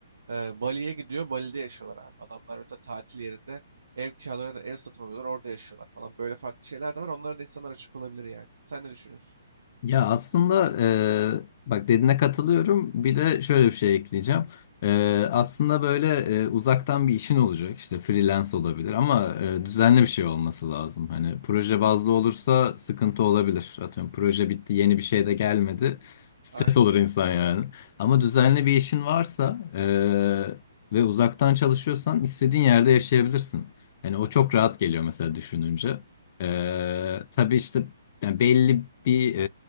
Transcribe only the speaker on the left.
Ya aslında eee, bak dediğine katılıyorum. Bir de şöyle bir şey ekleyeceğim. Eee, aslında böyle eee, uzaktan bir işin olacak. İşte freelance olabilir ama eee, düzenli bir şey olması lazım. Hani proje bazlı olursa sıkıntı olabilir. Atıyorum proje bitti, yeni bir şey de gelmedi. Stres
olur insan yani. Ama düzenli bir işin varsa eee, ve uzaktan çalışıyorsan istediğin yerde yaşayabilirsin. Yani o çok rahat geliyor mesela düşününce. Eee tabii işte yani belli bir e,